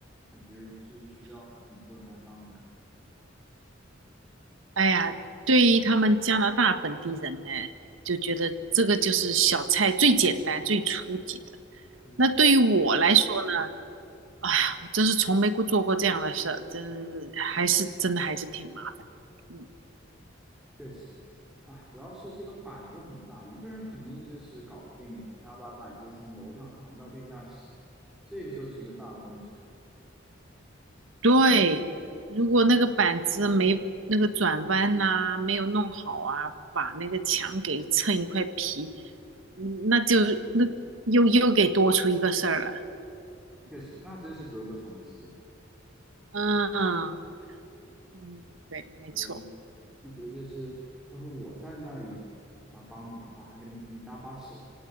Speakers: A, in the centre; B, on the right.
A: 感觉是需要很多人来帮你。
B: 哎呀，对于他们加拿大本地人呢，就觉得这个就是小菜最简单、最初级的。
A: 嗯，
B: 那对于我来说呢，哎呀，我真是从没过做过这样的事儿，真是还是真的还是挺麻烦。嗯，
A: 确实，啊，主要是这个板子很大，一个人肯定就是搞不定的，还要把板子从楼上扛到地下室，这个就是一个大工程。
B: 对，如果那个板子没那个转弯呐、没有弄好啊，把那个墙给蹭一块皮，嗯那就那又又给多出一个事儿了。
A: 确实，那真是得不偿失。
B: 嗯嗯，对，没错。
A: 我记得就是，要是我在那里啊帮你的话，还可能给你搭把手，